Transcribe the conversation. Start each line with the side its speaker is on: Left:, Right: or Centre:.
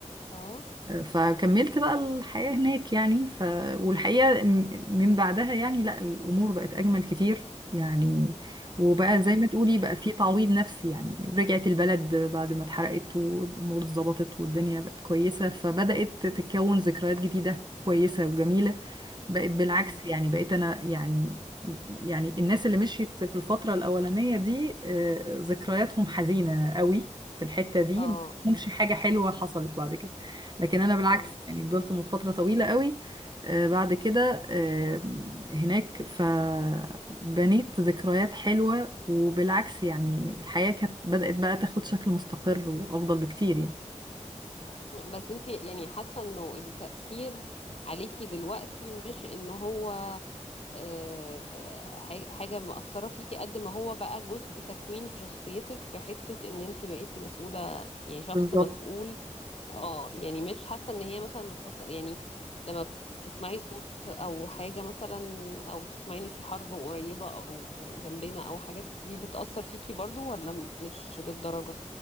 Left: اه
Right: فكملت بقى الحياة هناك يعني ف... والحقيقة م- من بعدها يعني لا الأمور بقت أجمل كتير يعني وبقى
Left: امم
Right: زي ما تقولي بقى في تعويض نفسي يعني رجعت البلد بعد ما اتحرقت والأمور اتظبطت والدنيا بقت كويسة فبدأت تتكون ذكريات جديدة كويسة وجميلة بقت بالعكس
Left: امم
Right: يعني بقيت انا يعني يعني الناس اللي مشيت في الفترة الأولانية دي آه، ذكرياتهم حزينة قوي في الحتة دي
Left: اه اه
Right: مش حاجة حلوة حصلت بعد كده لكن أنا بالعكس
Left: اه
Right: يعني فضلت من فترة طويلة قوي آه، بعد كده آه، هناك فبنيت ذكريات حلوة وبالعكس يعني الحياة كانت بدأت بقى تاخد شكل مستقر وأفضل بكتير يعني
Left: بس انتي يعني حاسة انه التأثير عليكي دلوقتي مش ان هو آه، ح- حاجة مأثرة فيكي قد ما هو بقى جزء تكوين في شخصيتك في حتة ان انتي بقيتي مسؤولة يعني شخص
Right: بالظبط
Left: مسؤول اه يعني مش حاسة ان هي مثلا بتأثر يعني لما تسمعي صوت او حاجة مثلا او تسمعي ان في حرب قريبة او جنبنا او حاجات دي بتأثر فيكي برضو ولا م- مش للدرجة